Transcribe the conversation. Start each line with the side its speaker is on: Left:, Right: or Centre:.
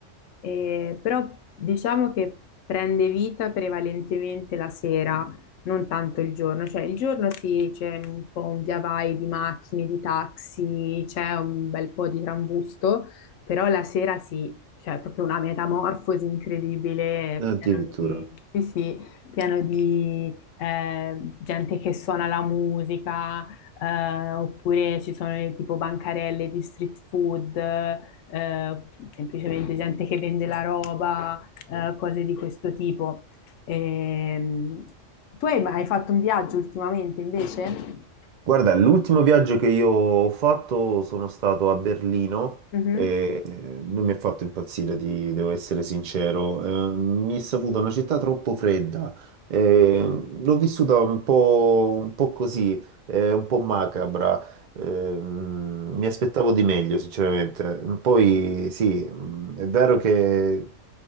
Left: eh, però diciamo che prende vita prevalentemente la sera, non tanto il giorno. Cioè il giorno sì, c'è un po' un via vai di macchine, di taxi, c'è un bel po' di trambusto, però la sera sì, cioè è proprio una metamorfosi incredibile,
Right: addirittura.
Left: pieno di... Sì, sì pieno di eh, gente che suona la musica, eh, oppure ci sono eh, tipo bancarelle di street food, eh, semplicemente gente che vende la roba, eh, cose di questo tipo. Ehm, tu hai, hai fatto un viaggio ultimamente invece?
Right: Guarda, l'ultimo viaggio che io ho fatto sono stato a Berlino
Left: Mhm.
Right: e eh, non mi ha fatto impazzire, ti- devo essere sincero. Eh, mi è saputo una città troppo fredda. Eh, l'ho vissuta un po', un po' così, eh, un po' macabra. Ehm, mi aspettavo di meglio, sinceramente. Poi sì, mh, è vero che